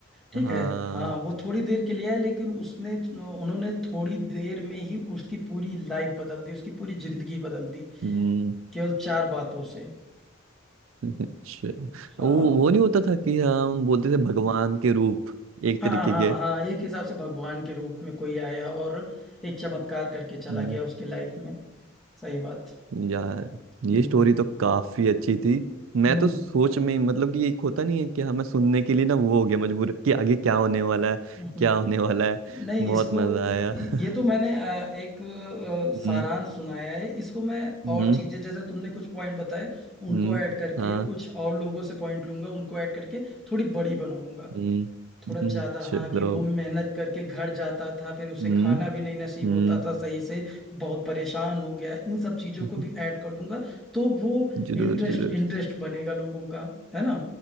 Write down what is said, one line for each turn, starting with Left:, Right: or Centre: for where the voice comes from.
Centre: ठीक
Right: हाँ
Centre: है हाँ वो थोड़ी देर के लिए आए लेकिन उसने उन्होंने थोड़ी देर में ही उसकी पूरी लाइफ बदल दी उसकी पूरी जिंदगी बदल दी
Right: हम्म,
Centre: केवल चार बातों से
Right: अच्छा
Centre: हाँ
Right: वो
Centre: हाँ
Right: वो नहीं होता था कि हम बोलते थे भगवान के रूप एक
Centre: हाँ
Right: तरीके
Centre: हाँ
Right: के
Centre: हाँ, एक हिसाब से भगवान के रूप में कोई आया और एक चमत्कार करके चला
Right: हम्म,
Centre: गया उसकी लाइफ में सही बात
Right: यार ये
Centre: हम्म
Right: स्टोरी तो काफी अच्छी थी मैं
Centre: हम्म
Right: तो सोच में ही मतलब कि एक होता नहीं है कि हमें सुनने के लिए ना वो हो गया मजबूर कि आगे क्या होने वाला है
Centre: हम्म,
Right: क्या होने वाला है
Centre: नहीं
Right: बहुत
Centre: इसको
Right: मजा आया
Centre: इ-
Right: <laughs>
Centre: ये तो मैंने अ, एक अ,
Right: हम्म
Centre: सारांश सुनाया है इसको मैं
Right: हम्म
Centre: और चीजें जैसे तुमने कुछ पॉइंट बताए उनको
Right: हम्म,
Centre: ऐड करके
Right: हाँ
Centre: कुछ और लोगों से पॉइंट लूंगा उनको ऐड करके थोड़ी बड़ी बनाऊंगा
Right: हम्म
Centre: थोड़ा ज्यादा
Right: हम्म, चलो
Centre: हाँ कि वो मेहनत करके घर जाता था फिर उसे
Right: हम्म
Centre: खाना भी नहीं नसीब
Right: हम्म
Centre: होता था सही से बहुत परेशान हो गया इन सब चीजों
Right: <laughs>
Centre: को भी ऐड कर दूंगा तो वो
Right: जरूर
Centre: इंटरेस्ट
Right: जरूर
Centre: इंटरेस्ट बनेगा लोगों का है ना